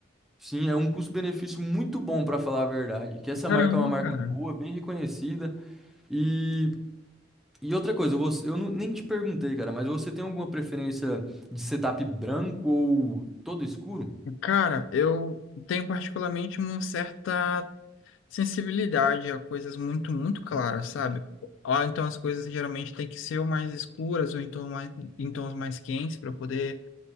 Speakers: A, in the centre; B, on the left.
A: Sim, é um custo-benefício muito bom, pra falar a verdade. Que essa
B: Caramba,
A: marca é uma marca
B: cara.
A: boa, bem reconhecida. E, e outra coisa, você, eu não- nem te perguntei, cara, mas você tem alguma preferência de setup branco ou todo escuro?
B: Cara, eu tenho particularmente uma certa sensibilidade a coisas muito, muito claras, sabe? Ah, então as coisas geralmente têm que ser ou mais escuras ou em tons mais, em tons mais quentes para poder,